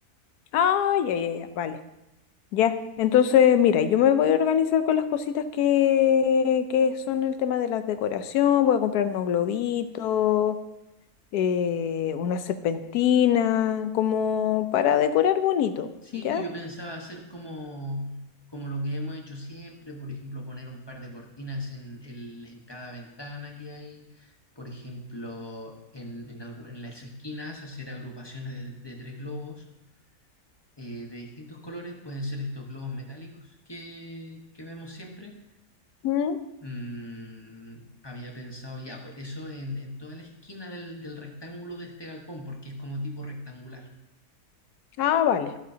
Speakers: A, on the left; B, on the left.
A: Ah, ya, ya, ya, vale. Ya, entonces mira, yo me voy a organizar con las cositas que, que son el tema de la decoración, voy a comprar unos globitos, eh, una serpentina, como para decorar bonito,
B: Sí,
A: ¿ya?
B: pues yo pensaba hacer como, como lo que hemos hecho siempre, por ejemplo, poner un par de cortinas en, el- en cada ventana que hay, por ejemplo, en, en, algu- en las esquinas hacer agrupaciones de, de tres globos eh, de distintos colores, pueden ser estos globos metálicos que, que vemos siempre.
A: ¿Mm?
B: Mm, había pensado ya, pues eso en, en toda la esquina del, del rectángulo de este galpón, porque es como tipo rectangular.
A: Ah, vale.